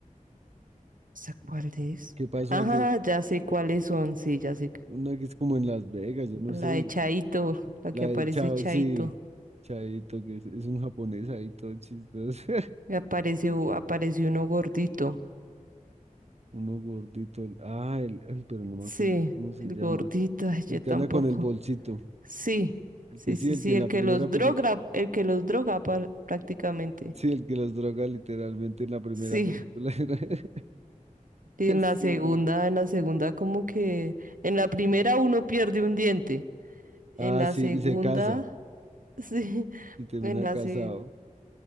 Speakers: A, on the right (about 75°); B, on the right (about 50°).
A: ¿Esa cuál es?
B: ¿Qué pasó
A: Ajá,
B: ayer?
A: ya sé cuáles son, sí, ya sé. que-
B: Una que es como en Las Vegas, yo no
A: La
B: sé.
A: de
B: y
A: Chaito,
B: que-
A: la
B: La
A: que
B: de
A: aparece
B: Chao,
A: Chaito.
B: sí. Chaito, que es, es un japonés ahí todo chistoso. <laughs>
A: Y aparece, aparece uno gordito.
B: Uno gordito. el- ah, el, ay, pero no me
A: Sí,
B: acuerdo cómo se
A: el
B: llama.
A: gordito, ay,
B: El
A: yo
B: que
A: tampoco.
B: anda con el bolsito.
A: Sí,
B: El
A: sí,
B: que sí,
A: sí,
B: el
A: sí,
B: que en
A: el
B: la
A: que
B: primera
A: los
B: película.
A: droga, el que los droga par- prácticamente.
B: Sí, el que los droga literalmente en la primera
A: Sí,
B: película
A: <laughs>
B: era <laughs>
A: y
B: ese,
A: en la segunda,
B: güey.
A: en la segunda como que, en la primera uno pierde un diente, en
B: Ah,
A: la
B: sí,
A: segunda,
B: y se casa,
A: <laughs> sí,
B: y termina
A: en la
B: casado.
A: se-